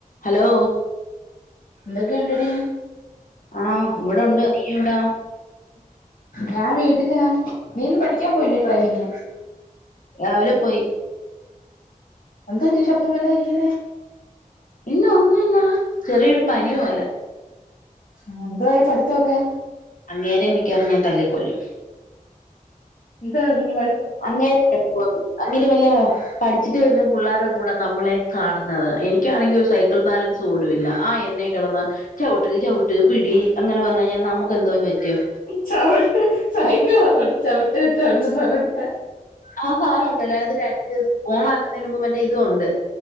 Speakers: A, on the left; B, on the left.
A: Hello
B: എന്തൊക്കെ ഇണ്ടെടി
A: ആഹ് ഇവിടൊണ്ട് <unintelligible> എവിടാ?
B: ഞാൻ വീട്ടിലാ നീ ഇന്ന് പഠിക്കാൻ പോയില്ലേ ഡ്രൈവിംഗ്?
A: രാവിലെ പോയി
B: എന്ത് പറ്റി ശബ്ദം വല്ലാതെ ഇരിക്കുന്നേ?
A: ഇല്ല ഒന്നുല്ല ചെറിയൊരു പനി പോലെ
B: ആഹ് എന്തോയി പഠിത്തൊക്കെ
A: അങ്ങേരേ മിക്കവാറും ഞാൻ തല്ലിക്കൊല്ലും
B: എന്തോറഞ്ഞ്?
A: അങ്ങേരു <unintelligible> അങ്ങേരു വല്ല പഠിച്ചിട്ട് വരുന്ന പിള്ളേരുടെ കൂടെ നമ്മളെ കാണുന്നത് എനിക്കാണെങ്കി ഒരു സൈക്കിൾ ബാലൻസ് സ് പോലും ഇല്ല ആ എന്നെ കെടന്ന് ചവിട്ട് ചവിട്ട് പിടി അങ്ങനെ പറഞ്ഞ് കഴിഞ്ഞാ നമ്മക്ക് എന്തോ പറ്റും
B: ചവിട്ട് സൈക്കിൾ ആണോടി ചവിട്ട് ചവിട്ടെന്ന് പറയുന്നേ
A: ആ സാധനം ഒണ്ടല്ലോ അതിനാത്ത് രണ്ട് ഓൺ ആക്കുന്നതിന് മുമ്പ് മറ്റേ ഇതും ഒണ്ട്